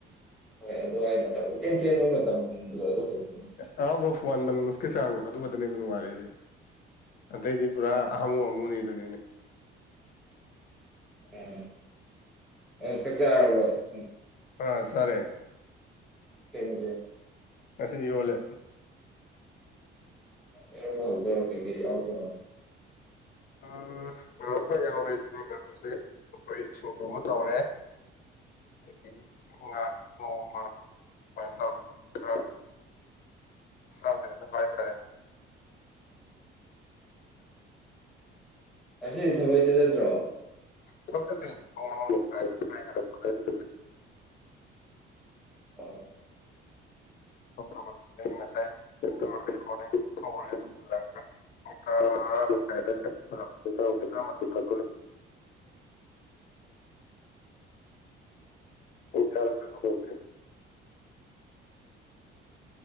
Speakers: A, in the centre; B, on the left.
A: ꯍꯣꯏ ꯑꯗꯨꯣ ꯑꯩ ꯃꯇꯝ ꯏꯇꯦꯟ ꯇꯦꯟꯕꯒꯤ ꯃꯇꯝꯗꯨ ꯑꯗꯨ ꯍꯛꯇꯅꯤ
B: ꯑꯍꯥꯎꯕ ꯋꯥꯟ ꯃꯟ ꯃꯨꯁꯀꯤ ꯆꯥꯡ ꯑꯗꯨꯒꯗꯅꯦꯕ ꯅꯨꯡꯉꯥꯏꯔꯛꯏꯁꯦ ꯑꯇꯩꯗꯤ ꯄꯨꯔꯥ ꯑꯍꯃꯨ ꯑꯃꯨꯅꯤꯗꯅꯅꯦ
A: ꯎꯝ ꯆꯁ ꯍꯥꯏ
B: ꯑꯥ ꯁꯔꯦ
A: ꯀꯩꯕ
B: ꯉꯁꯣꯂꯦ
A: ꯑꯦ ꯍꯜ ꯇꯔ ꯑꯧ ꯆ
B: ꯑ ꯉꯥꯔꯨ ꯈꯔ ꯌꯥꯎꯔꯦ ꯑꯗꯨꯅꯦ ꯉꯥꯔꯨꯁꯦ ꯑꯩꯈꯣꯏ ꯁꯨꯝ ꯁꯨꯕ ꯇꯧꯔꯦ ꯑꯗꯒꯤ ꯉꯥ ꯅꯣꯡꯃ ꯑꯗꯨꯃꯥꯏꯅ ꯇꯧꯔꯒ ꯈꯔ ꯁꯥꯎꯅ ꯃꯥꯏꯇꯔꯅꯤ
A: ꯑꯁꯤꯗꯤ ꯊꯕꯩ ꯆꯠꯠꯇꯗ꯭ꯔꯣ
B: ꯊꯧ ꯆꯖꯇꯅꯤ ꯄꯈꯥꯏ ꯔꯥꯏꯅꯔꯖ
A: ꯎꯝ
B: ꯊꯣꯛꯄꯗ ꯑꯩ ꯉꯁꯥꯏ ꯀꯟꯊꯔꯦ ꯃꯣꯔ ꯊꯣꯛꯎꯔꯦ ꯑꯗꯨꯝꯁꯤꯜꯂꯛꯑꯒ ꯑ ꯃꯈ ꯈꯥꯏꯗ꯭ꯔ ꯑꯣꯀꯌꯥꯂ ꯇꯔꯣꯦ